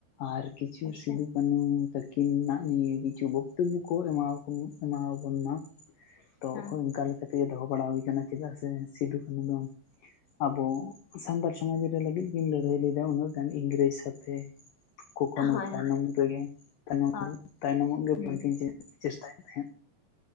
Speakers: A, on the left (about 70°); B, on the left (about 35°).
A: ᱟᱨ ᱠᱤᱪᱷᱩ
B: ᱟᱪᱪᱷᱟ
A: ᱥᱤᱫᱩ ᱠᱟᱹᱱᱩ ᱛᱟᱹᱠᱤᱱᱟᱜ ᱱᱤᱭᱮ ᱠᱤᱪᱷᱩ ᱵᱚᱠᱛᱚᱵᱵᱚ᱾ ᱠᱚ ᱮᱢᱟ ᱮᱢᱟᱵᱚᱱ ᱢᱟ ᱛᱚ
B: ᱦᱮᱸ
A: ᱚᱱᱠᱟ ᱞᱮᱠᱟ᱾ ᱠᱟᱛᱮᱜ ᱜᱮ ᱫᱚᱦᱚ ᱵᱟᱲᱟ ᱦᱩᱭ ᱠᱟᱱᱟ ᱪᱮᱫᱟᱜ ᱥᱮ ᱥᱤᱫᱩ ᱠᱟᱹᱱᱩ ᱫᱚ, ᱟᱵᱚ ᱥᱟᱱᱛᱟᱲ ᱥᱚᱢᱟᱡᱽ ᱨᱮ ᱞᱟᱹᱜᱤᱫ ᱜᱤᱱ ᱞᱟᱹᱲᱦᱟᱹᱭ ᱞᱮᱫᱟ ᱩᱱᱟᱹᱜ ᱜᱟᱱ ᱤᱝᱨᱮᱡᱽ ᱥᱟᱛᱷᱮ᱾ ᱠᱚᱠᱷᱱᱳ
B: ᱦᱳᱭ
A: ᱛᱟᱭᱱᱚᱢ
B: ᱦᱳᱭ
A: ᱨᱮᱜᱮ ᱛᱟᱭᱱᱚᱢ
B: ᱦᱳᱭ
A: ᱛᱟᱭᱱᱚᱢᱚᱜ ᱜᱮ
B: ᱦᱩᱸ
A: ᱵᱟᱝᱠᱤᱱ᱾ ᱪᱮᱥᱴᱟᱭᱮᱫ ᱛᱟᱦᱮᱸᱫ